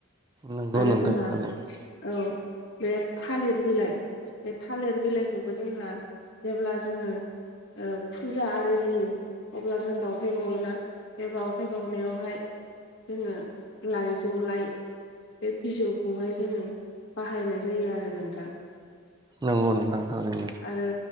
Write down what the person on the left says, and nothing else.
आरो
जोंहा
औ बे थालिर बिलाइ बे थालिर बिलाइखौ खौ जोंहा जेब्ला जोङो फुजा आरि होयो अब्ला जों बावथाय बावोना बे बाव बावनायाव बावनायावहाय जोङो लाइजौ लाइ बे बिजौखौहाय जोङो बाहायनाय जायो आरो नोंथां
आरो